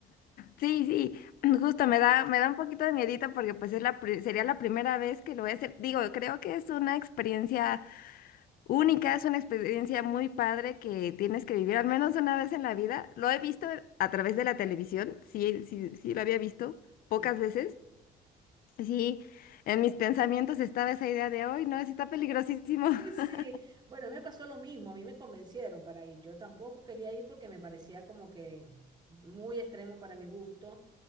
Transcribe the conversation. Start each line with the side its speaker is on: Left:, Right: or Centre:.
Left: sí, sí. <clears throat> Justo me da, me da un poquito de miedito porque pues es la, pri- sería la primera vez que lo voy a hacer. Digo, creo que es una experiencia Única, es una experiencia muy padre que tienes que vivir al menos una vez en la vida. Lo he visto a través de la televisión, sí, sí, sí lo había visto pocas
Right: Sí.
Left: veces. Y Sí, en mis pensamientos estaba esa idea de, hoy no, sí está peligrosísimo.
Right: <laughs>
Left: <laughs>
Right: Sí, bueno, me pasó lo mismo, a mí me convencieron para ir, yo tampoco quería ir porque me parecía como que muy extremo para mi gusto